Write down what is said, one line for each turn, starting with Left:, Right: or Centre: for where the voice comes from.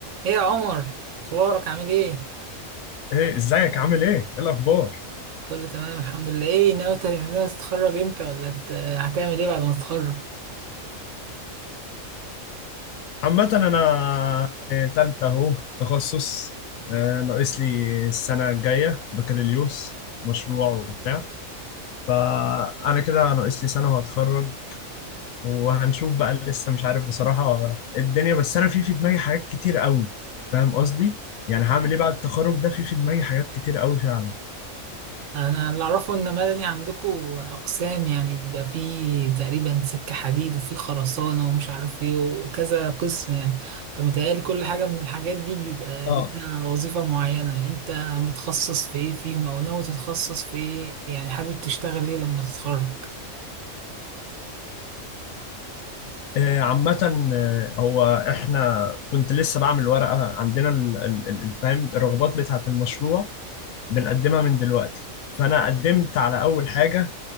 Right: ايه يا عمر اخبارك عامل ايه
Left: ايه ازيك عامل ايه؟ ايه الاخبار؟
Right: كله تمام الحمد لله ايه ناوي ت- ناوي تتخرج امتى ولا ت- هتعمل ايه بعد ما تتخرج
Left: عامة انا في تالتة اهو تخصص آه، ناقص لي السنة الجاية بكالوريوس مشروع وبتاع فانا كده ناقص لي سنة وهتخرج وهنشوف بقى لسه مش عارف بصراحة الدنيا بس انا في في دماغي حاجات كتير قوي فاهم قصدي؟ يعني هعمل ايه بعد التخرج ده في في دماغي حاجات كتير قوي فعلا
Right: انا اللي اعرفه ان مدني عندكو اقسام يعني بيبقى فيه تقريبا سكة حديد وفيه خرسانة ومش عارف ايه وكذا قسم يعني فمتهيألي كل حاجة من الحاجات دي بيبقى
Left: اه
Right: ليها وظيفة معينة انت متخصص في ايه فيهم او ناوي تتخصص في ايه يعني حابب تشتغل ايه لما تتخرج
Left: آه، عامة آه، هو احنا كنت لسه بعمل ورقة عندنا ال- ال- ال- الفهم الرغبات بتاعة المشروع بنقدمها من دلوقتي فانا قدمت على اول حاجه